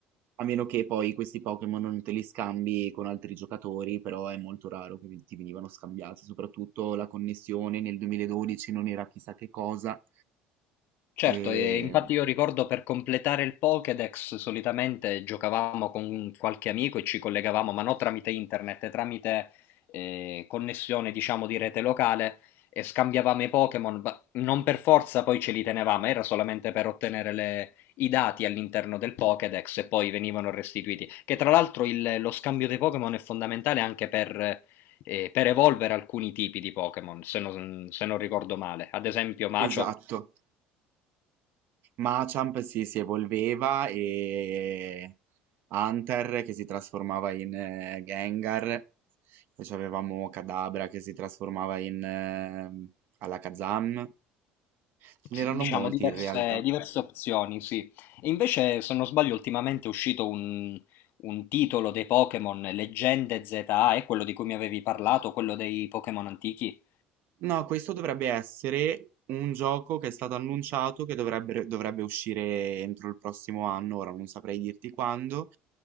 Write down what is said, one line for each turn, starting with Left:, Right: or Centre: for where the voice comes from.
Right: a meno che poi questi Pokémon non te li scambi con altri giocatori, però è molto raro che ti venivano scambiati, soprattutto la connessione nel 2012 non era chissà che cosa.
Left: Certo,
Right: E...
Left: e infatti io ricordo per completare il Pokédex solitamente giocavamo con qualche amico e ci collegavamo, ma non tramite internet, tramite eh, connessione, diciamo, di rete locale e scambiavamo i Pokémon, ma non per forza poi ce li tenevamo, era solamente per ottenere le- i dati all'interno del Pokédex e poi venivano restituiti. Che tra l'altro il- lo scambio dei Pokémon è fondamentale anche per, eh, per evolvere alcuni tipi di Pokémon, se non, se non ricordo male. Ad esempio, Machop
Right: Esatto. Machamp si, si evolveva e Hunter che si trasformava in eh, Gengar, poi avevamo Kadabra che si trasformava in eh, Alakazam, ce
Left: sì,
Right: n'erano
Left: diciamo
Right: molti
Left: diverse,
Right: in realtà.
Left: diverse opzioni, sì. E invece, se non sbaglio, ultimamente è uscito un, un titolo dei Pokémon, Leggende ZA, è quello di cui mi avevi parlato, quello dei Pokémon antichi.
Right: No, questo dovrebbe essere un gioco che è stato annunciato che dovrebbe, dovrebbe uscire entro il prossimo anno, ora non saprei dirti quando.